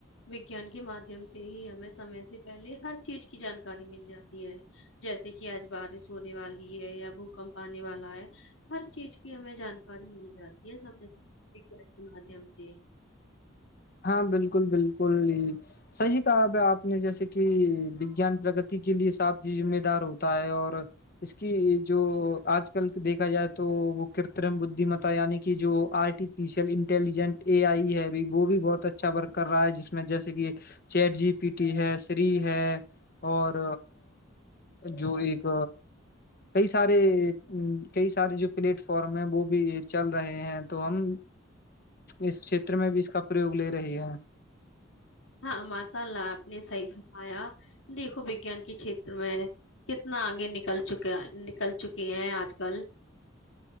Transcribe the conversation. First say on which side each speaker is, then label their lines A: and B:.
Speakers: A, on the left; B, on the left.
A: وگیان کے مادھیم سے ہی ہمیں سمے سے پہلے ہر چیز کی جانکاری مل جاتی ہے جیسے کہ آج بارش ہونے والی ہے یا بھوکمپ آنے والا ہے ہر چیز کی ہمیں جان ساری ملی جاتی ہے سے سے ٹیک مدھیم سے
B: ہاں بالکل بالکل صحیح کہاب آپ نے جیسے کہ وگیان پرگتی کے لیے سات ذمے دار ہوتا ہے اور اس کی جو آج کل دیکھا جائے تو وہ کرترم بددیمتا یعنی کہ جو آرٹیفیشیل انٹیلیجنٹ اے آئی ہے وہ بھی بہت اچھا ورک کر رہا ہے جس میں جیسے کہ چیٹ جی پی ٹی ہے سری ہے اور جو ایک کئی سارے کئی سارے جو پلیٹ فارم ہے وہ بھی چل رہے ہیں تو ہم اس چھیتر میں بھی اس کا پرریوگ لے رہی ہے
A: ہاں ماشاء اللہ آپ نے صحیح فرمایا دیکھو وگان کے چھیتر میں کتنا آگے نکل چکے نکل چکے ہیں آج کل